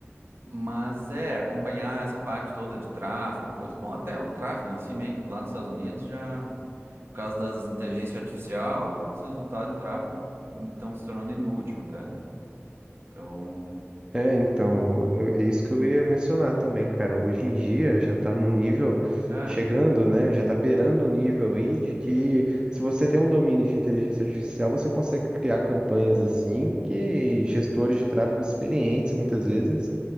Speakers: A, on the right; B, on the right.
A: Mas é acompanhar essa parte toda de tráfego, coisa. Bom, até o tráfego em si, meio que lá nos Estados Unidos, já por causa das inteligência artificial, os resultados em tráfego estão se tornando inútil até, né? Então,
B: É, então, eu- é isso que eu ia mencionar também, cara. Hoje em dia já tá num nível
A: é,
B: chegando, né? Já tá beirando o nível aí de que se você tem um domínio de inteligência artificial, você consegue criar campanhas assim que gestores de tráfego experientes muitas vezes